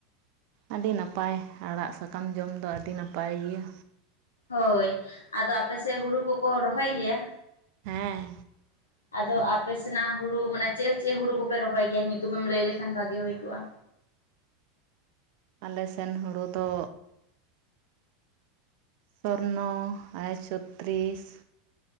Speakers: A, on the right; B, on the left.
A: ᱟᱹᱰᱤ ᱱᱟᱯᱟᱭ ᱟᱲᱟᱜ ᱥᱟᱠᱟᱢ ᱡᱚᱢ ᱫᱚ ᱟᱹᱰᱤ ᱱᱟᱯᱟᱭ ᱜᱮᱭᱟ
B: ᱦᱳᱭ ᱟᱫᱚ ᱟᱯᱮ ᱥᱮᱫ ᱦᱳᱲᱳ ᱠᱚᱠᱚ ᱨᱚᱦᱚᱭ ᱜᱮᱭᱟ
A: ᱦᱮᱸᱻ
B: <inaudible> ᱟᱫᱚ ᱟᱯᱮ ᱥᱮᱱᱟᱜ ᱦᱳᱲᱳ ᱢᱟᱱᱮ ᱪᱮᱫ ᱪᱮᱫ ᱦᱳᱲᱳ ᱠᱚᱯᱮ ᱨᱚᱦᱚᱭ ᱜᱮᱭᱟ ᱧᱩᱛᱩᱢᱮᱢ ᱞᱟᱹᱭ ᱞᱮᱠᱷᱟᱱ ᱵᱷᱟᱹᱜᱤ ᱦᱩᱭ ᱠᱚᱜᱼᱟ
A: ᱟᱞᱮ ᱥᱮᱱ ᱦᱳᱲᱳ ᱫᱚ ᱥᱚᱨᱱᱚ ᱮᱭ ᱪᱷᱚᱛᱛᱨᱤᱥ